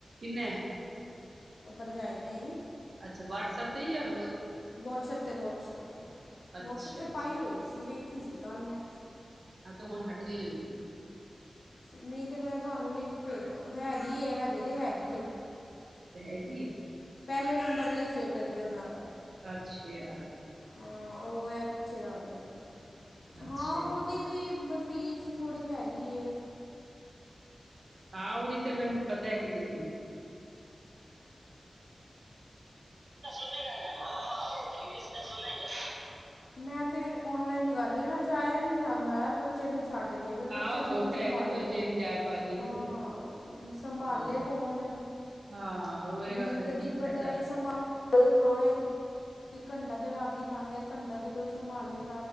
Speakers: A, on the right; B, on the left.
A: <unintelligible>
B: ਭਰਜਾਈ ਨੇ ਹੀ।
A: ਅੱਛਾ ਵਟਸਐਪ ਤੇ ਯਾ
B: ਵੋਟਸਐਪ ਤੇ ਵਟਸਐਪ ਤੇ।
A: ਅੱਛਾ
B: ਵਟਸਐਪ ਤੇ
A: ਅੱਛਾ
B: ਪਾਈ ਹੋਈ ਸੀ ਵੇਖ ਦੇਖੀ ਸੀ ਕੱਲ ਮੈਂ।
A: ਹਹ ਤੇ ਹੁਣ ਹਟ ਗਈ ਹੋਏਗੀ।
B: ਨਹੀਂ ਤੇ ਮੈਂ ਤੁਹਾਨੂੰ ਲਿੰਕ ਭੇਜ ਹੈਗੀ ਹਜੇ ਤੇ ਹੈਗੀ ਜੇ।
A: ਅੱਛਾ ਹੈਗੀ ਹੈ।
B: ਪਹਿਲੇ ਨੰਬਰ ਦਾ ਹੀ ਸਟੇਟਸ ਜੀ ਉਹਨਾਂ ਦਾ।
A: ਅੱਛਾ।
B: ਹਾਂ ਉਹ ਹੈ ਪਿੱਛੇ ਜਾਂਦੇ ਨੇ
A: ਅੱਛਾ
B: ਹਾਂ ਉਹਦੀ ਵੀ ਬਸ ਫੀਸ ਥੋੜ੍ਹੀ ਹੈਗੀ ਏ।
A: ਹਾਂ ਉਹਦੀ ਤਾਂ ਮੈਨੂੰ ਪਤਾ ਹੈ ਕਿਤਨੀ ਸੁਗਾ ਗਾਨਾ ਮਿਲ ਤਾਂ ਸੁਣੇਗਾ
B: ਮੈਂ ਤੇ ਔਨਲਾਈਨ ਹੀ ਕਰ ਜਾਇਆ ਨੀ ਜਾਂਦਾ ਯਾਰ ਪ ਬੱਚੇ ਨੂੰ ਛੱਡ ਕੇ ਫਿਰ
A: ਆਹੋ
B: ਬੱਚਾ ਕੌਣ
A: ਛੋਟਾ
B: ਸੰਭਾਲੇ
A: ਹੈ ਨਾ ਤੋ ਅਜੇ ਨਹੀਂ ਜਾ ਪਾਏਗੀ ਨਾ
B: ਹਾਂ
A: ਤੂੰ
B: ਸੰਭਾਲੇ
A: ਹਾਂ
B: ਕੌਣ
A: ਹਾਂ ਰੋਏਗਾ
B: ਮੇਨ
A: ਫੇਰ
B: ਤੇ ਦਿੱਕਤ
A: ਕੀ ਫਾਇਦਾ
B: ਹੈ ਸੰਭਾ ਅ ਹਾਂ ਇਹ ਘੰਟਾ ਤੇ ਲਾਗੇ ਜਾਂਦੇ। ਘੰਟਾ ਤੇ ਕੋਈ ਸੰਭਾਲੇ,